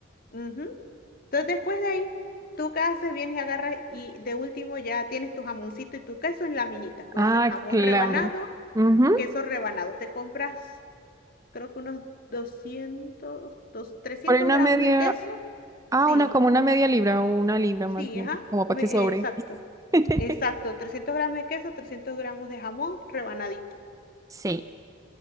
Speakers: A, on the left; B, on the right.
A: ujú. Entonces después de ahí, tú qué haces, vienes y agarras y de último ya tienes tu jamoncito y tu queso en laminitas. Puede
B: Ah,
A: ser jamón
B: claro.
A: rebanado,
B: Ujú.
A: queso rebanado. Te compras, creo que unos doscientos dos- 300
B: Por ahí una
A: gramos
B: media,
A: de queso.
B: ah,
A: Sí,
B: una como una media libra o una libra más
A: sí,
B: bien,
A: ajá,
B: como
A: me-
B: para que sobre.
A: eh, exacto.
B: <laughs>
A: Exacto, 300 gramos de queso, 300 gramos de jamón rebanadito.
B: Sí.